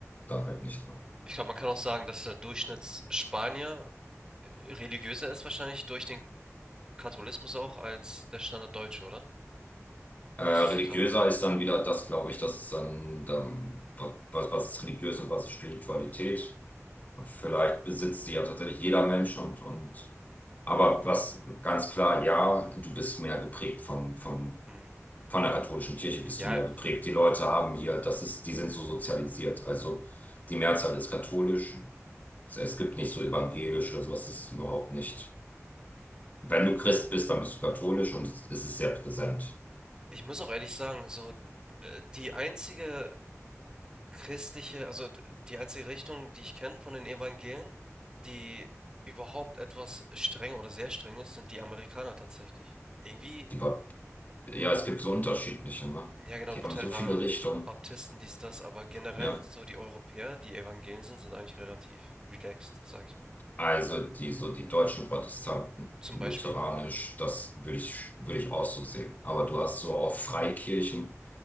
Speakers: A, on the left; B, on the right.
A: dann halt nicht mehr.
B: Ich glaube, man kann auch sagen, dass der Durchschnittsspanier äh, religiöser ist wahrscheinlich durch den Katholismus auch als der Standarddeutsche, oder?
A: Äh, religiöser
B: Würdest du so sagen?
A: ist dann wieder das, glaube ich, das ist dann, dann was, was ist religiös und was ist Spiritualität. Vielleicht besitzt sie ja tatsächlich jeder Mensch und, und aber was ganz klar, ja, du bist mehr geprägt vom, vom
B: Mhm.
A: von der katholischen Kirche bist
B: Ja,
A: du mehr geprägt. Die Leute haben hier, das ist, die sind so sozialisiert. Also die Mehrzahl ist katholisch. Es es gibt nicht so evangelisch oder sowas, das ist überhaupt nicht. Wenn du Christ bist, dann bist du katholisch und es es ist sehr präsent.
B: Ich muss auch ehrlich sagen, so, äh, die einzige christliche also, d die einzige Richtung, die ich kenne von den Evangelien, die überhaupt etwas strenger oder sehr streng ist, sind die Amerikaner tatsächlich. Irgendwie
A: Die, Ba- ja, es gibt so unterschiedliche, ne?
B: ja genau,
A: Die
B: Lutheranen,
A: haben so viele Richtungen.
B: Baptisten, dies, das, aber generell
A: Ja,
B: so die Europäer, die Evangelien sind, sind eigentlich relativ relaxed, sage ich mal.
A: also die, so die deutschen Protestanten,
B: Zum
A: lutheranisch,
B: Beispiel.
A: das würde ich, würde ich auch so sehen. Aber du hast so auch Freikirchen.